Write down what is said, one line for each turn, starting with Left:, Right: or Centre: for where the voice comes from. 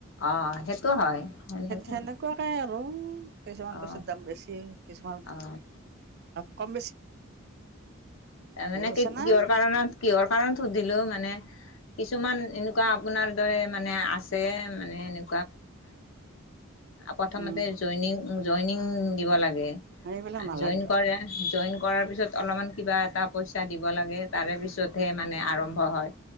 Left: অ', সেইটো হয় সেনেকুৱা
Right: সেনেকুৱাকে আৰু কিছুমান
Left: অ',
Right: পিছত দাম বেছি কিছুমান
Left: অ',
Right: কম
Left: ত
Right: বুজি
Left: মানে
Right: পাইছা
Left: কি
Right: না
Left: কিহৰ কাৰণত কিহৰ কাৰণত সুধিলো মানে কিছুমান এনেকুৱা আপোনাৰ দৰে মানে আছে উম প্ৰথমতে
Right: উম।
Left: জইং জইনিং দিব লাগে
Right: সেইবিলাক নালাগে
Left: জইন কৰে জইন কৰাৰ পিছত অলপমান কিবা এটা পইচা দিব লাগে তাৰে পিছতহে মানে আৰম্ভ হয়